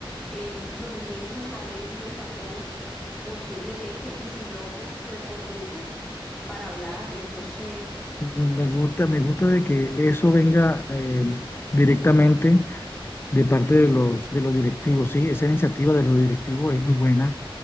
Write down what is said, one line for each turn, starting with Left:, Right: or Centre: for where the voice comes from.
Centre: em, reunirlos a ellos, a todos posiblemente, y si no, pues por grupo para hablarles, no sé.
Left: Me gusta, me gusta de que eso venga eh, directamente de parte de los, de los directivos, ¿sí? Esa iniciativa de los directivos es muy buena